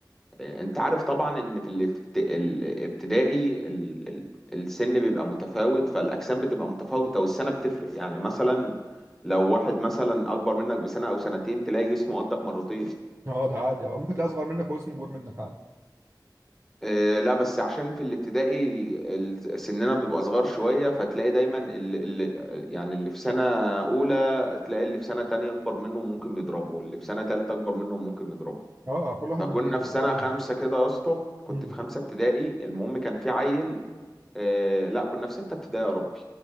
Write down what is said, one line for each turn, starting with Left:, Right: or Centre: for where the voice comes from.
Centre: انت عارف طبعا ان في الابت- الابتدائي ال- ال- السن بيبقى متفاوت فالاجسام بتبقى متفاوته والسنه بتفرق يعني مثلا لو واحد مثلا اكبر منك بسنه او سنتين تلاقي جسمه قدك مرتين
Right: اه ده عادي اه ممكن تلاقي اصغر منك واسمه اكبر منك عادي
Centre: اه لا بس عشان في الابتدائي ال- سننا بيبقى صغار شويه فتلاقي دايما اللي يعني اللي في سنه اولى تلاقي اللي في سنه تانية اكبر منه ممكن يضربه واللي في سنه تالتة اكبر منه ممكن يضربه
Right: اه كل واحد
Centre: فكنا
Right: بيجي
Centre: في سنه
Right: اه
Centre: خمسه
Right: بالظبط
Centre: كده يا اسطى كنت
Right: امم
Centre: في خمسه ابتدائي المهم كان في عيل آه لا كنا في ستة ابتدائي يا ربي